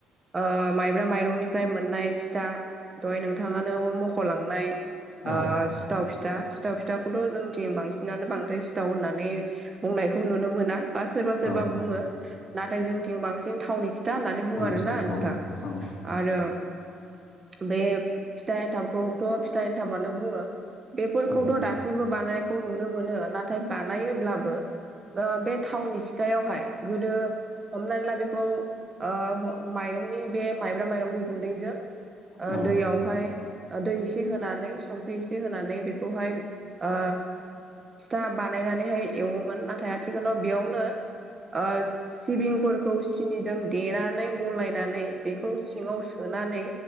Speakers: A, on the right; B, on the left.
A: ओ माइब्रा माइरंनिफ्राय मोननाय फिथा दहाय नोंथाङानो मख'लांनाय
B: औ
A: ओ सिथाव फिथा सिथाव फिथाखौथ' जोंनिथिं बांसिनानो बांद्राय सिथाव होननानै बुंनायखौ नुनो मोना बा सोरबा सोरबा
B: औ
A: बुङो। नाथाय जोंथिं बांसिन थावनि फिथा होननानै
B: थावनि
A: बुङो आरोना
B: फिथा
A: नोंथां
B: औ औ
A: आरो बे फिथा एन्थाबखौथ' फिथा एन्थाबानो बुङो। बेफोरखौथ'
B: औ
A: दासिमबो बानायनायखौ नुनो मोनो नाथाय बानायोब्लाबो ओ बे थावनि फिथायावहाय गोदो हमनानै ला बेखौ ओ माइरंनि बे माइब्रा माइरंनि गुन्दैजों ओ
B: औ
A: दैयावहाय ओ दै इसे होनानै संख्रि एसे होनानै बेखौहाय ओ था बानायनानैहाय एवोमोन नाथाय आथिखालाव बेयावनो ओ सिबिंफोरखौ सिनिजों देनानै गलायनानै बेखौ सिङाव सोनानै